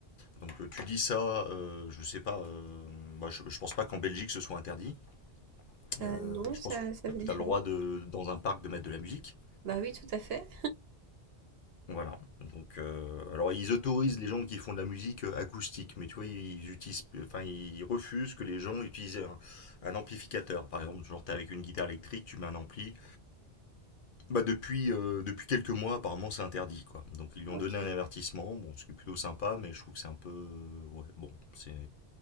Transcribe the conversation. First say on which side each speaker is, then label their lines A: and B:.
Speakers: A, on the left (about 60°); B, on the right (about 65°).
A: Donc euh, tu dis ça, euh, je sais pas, euh, bah, je, je pense pas qu'en Belgique ce soit interdit.
B: Euh,
A: Euh,
B: non,
A: je
B: ça,
A: pense que
B: ça me dit
A: tu as le droit
B: rien.
A: de, dans un parc de mettre de la musique.
B: Bah oui, tout à fait.
A: Voilà. Donc, euh, alors ils autorisent les gens qui font de la musique euh, acoustique, mais tu vois, ils utilisent, enfin, ils refusent que les gens utilisent un, un amplificateur. Par exemple, genre t'es avec une guitare électrique, tu mets un ampli. Bah depuis, euh, depuis quelques mois, apparemment, c'est interdit, quoi. Donc ils lui ont
B: Ok.
A: donné un avertissement, bon, ce qui est plutôt sympa, mais je trouve que c'est un peu, euh, ouais, bon, c'est,